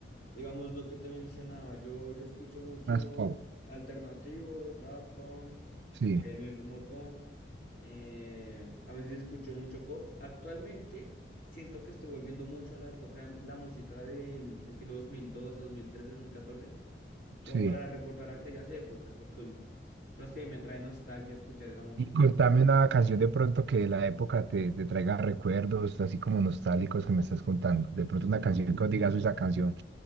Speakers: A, on the left; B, on the right.
A: Digamos lo que te mencionaba, yo, yo escucho mucho
B: Más pop.
A: alternativo, Daft Punk,
B: Sí,
A: el mismo punk, eh, a veces escucho mucho pop. Actualmente siento que estoy volviendo mucho a la época de la música del estilo 2012, 2013, 2014, como
B: sí.
A: para recordar aquellas épocas, porque no sé, me trae nostalgia escuchar esa música.
B: Y contame una canción de pronto que de la época te, te traiga recuerdos, así como nostálgicos que me estás contando. De pronto una canción que os digas, "Uy, esa canción,